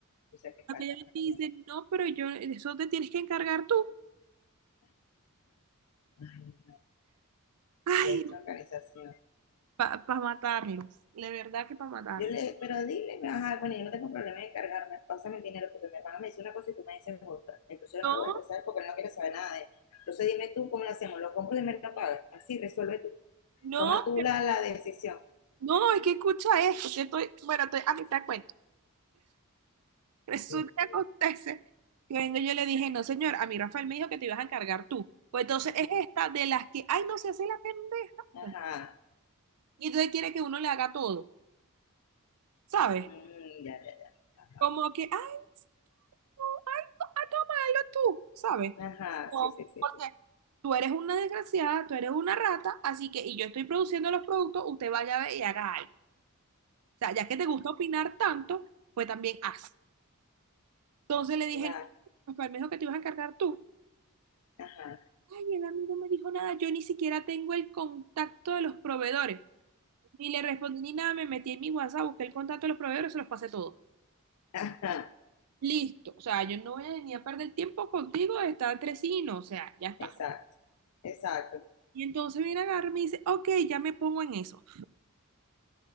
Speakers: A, on the left (about 70°); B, on the right (about 85°).
A: O sea que
B: Aquella
A: falta
B: vez me
A: también.
B: dice, no, pero yo, eso te tienes que encargar tú.
A: Ay,
B: Ay,
A: qué organización.
B: para matarlos, de verdad que para matarlos.
A: Yo le, pero dile, ajá, bueno, yo no tengo problema en encargarme, pásame el dinero porque mi hermano me dice una cosa y tú me dices otra. Entonces yo
B: No,
A: no lo voy a estresar porque él no quiere saber nada de él. Entonces dime tú cómo lo hacemos, lo compro y me lo pagas. Así resuelve tú,
B: No,
A: toma tú la, la decisión.
B: no, es que escucha esto, que estoy, bueno, estoy a mitad de cuento. Resulta
A: Dios
B: que
A: mío.
B: acontece que vengo y yo le dije, no, señor, a mí Rafael me dijo que te ibas a encargar tú. Pues entonces
A: Ujú.
B: es esta de las que, ay, no se hace la pendeja.
A: Ajá,
B: Y entonces quiere que uno le haga todo, ¿sabes?
A: Mm, ya, ya, ya. Ajá,
B: Como que, ay, tú, ay, to- ay, tómalo tú, ¿sabes?
A: Ajá,
B: No,
A: sí, sí, sí.
B: porque
A: sí.
B: tú eres una desgraciada, tú eres una rata, así que, y yo estoy produciendo los productos, usted vaya a ver y haga algo. O sea, ya que te gusta opinar tanto, pues también haz. Entonces le dije,
A: La,
B: no, Rafael me dijo que te ibas a encargar tú.
A: ajá,
B: Ay, el amigo me dijo nada, yo ni siquiera tengo el contacto de los proveedores. Ni le respondí ni nada, me metí en mi WhatsApp, busqué el contacto de los proveedores, se los pasé todo.
A: <laughs> ajá,
B: Listo, o sea, yo no voy a ni a perder tiempo contigo, está entre sí y no, o sea, ya está.
A: exacto, exacto.
B: Y entonces viene a agarrarme y me dice, ok, ya me pongo en eso.